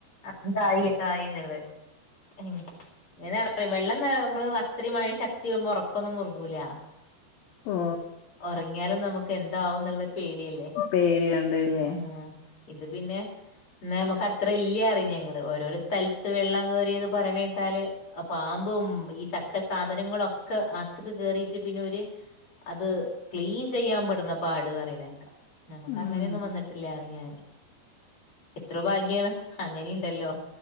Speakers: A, on the left (about 35°); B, on the left (about 65°).
A: എന്തായിന്തായിന്നുളേ. ഉം ഇങ്ങനെറഞ്ഞ വെള്ളം നമ്മള് അത്രയും മഴ ശക്തി അവുമ്പോ ഉറക്കൊന്നും മുറുകൂല. <inaudible>
B: ഓ
A: ഒറങ്ങിയാലും നമുക്ക് എന്താവും എന്നുള്ളരു പേടിയല്ലേ
B: പേടിയുണ്ടല്ലേ
A: ഉം ഇത് പിന്നെ ഇന്നാ നമ്മക്കത്രല്ല്യറിം ഞങ്ങള് ഓരോരോ സ്ഥലത്ത് വെള്ളം കേറിയത് പറയാ <unintelligible> ത്താല് പാമ്പും ഈ ചത്ത സാധനങ്ങളൊക്കെ അക് ത്ത്ക്ക്‌ കേറിട്ട് പിന്നെ ഓര് അത് ക്ലീൻ ചെയ്യാൻ പെടുന്ന പാട് പറയണേക്കാ. നമക്കങ്ങനെയൊന്നും
B: ഉം
A: വന്നിട്ടില്ലാന്നാറിയും ഞാന്. എത്രോ ഭാഗ്യാണ് അങ്ങനിണ്ടല്ലോ